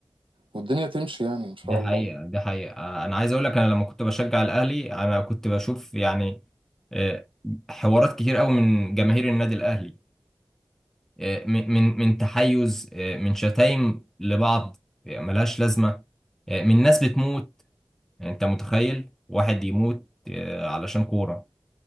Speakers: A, on the right; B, in the centre.
A: والدنيا تمشي يعني إن شاء
B: دي حقيقة
A: الله
B: دي حقيقة آه، انا عايز اقول لك انا لما كنت بشجع الاهلي انا كنت بشوف يعني آه، حوارات كتير قوي من جماهير النادي الاهلي آه، من من من تحيز آه، من شتايم لبعض آه، ملهاش لازمة آه، من ناس بتموت يعني انت متخيل واحد يموت آه، علشان كورة